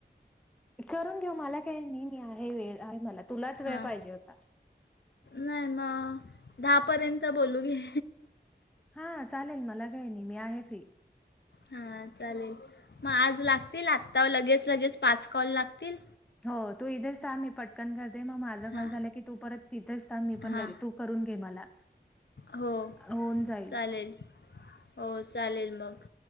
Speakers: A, in the centre; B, on the left.
A: करून घेऊ, मला काही नाही, मी आहे वेळ आहे मला तुलाच वेळ
B: हां
A: पाहिजे होता.
B: नाही मग दहा पर्यंत बोलू घे.
A: हा चालेल मला काही नाही, मी आहे फ्री.
B: हा चालेल. मग आज लागतील आत्ता लगेच-लगेच पाच कॉल लागतील?
A: हो तू इथेच थांब मी पटकन करते मग माझा
B: हां
A: कॉल झालं की तू परत तिथेच थांब मी पण
B: हां
A: लगे तू करून घे मला.
B: हो
A: होऊन जाईल
B: चालेल, हो चालेल मग.